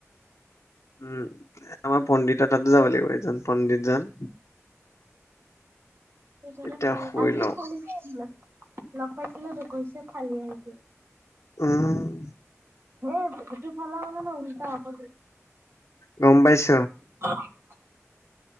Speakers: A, on the left; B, on the right.
A: উম, আমাৰ পণ্ডিতৰ তাতো যাব লাগিব এজন পণ্ডিতজন।
B: <unintelligible> আজিও
A: এতিয়া
B: ফাল
A: শুই
B: আজিও
A: লওঁ,
B: শুনিছোক লগ পাইছিলোঁ ত কৈছে ফালি আহিছো।
A: উম।
B: হে এইটো ফালা মানে ন' উল্টা আকল
A: গম পাইছ?
B: <unintelligible>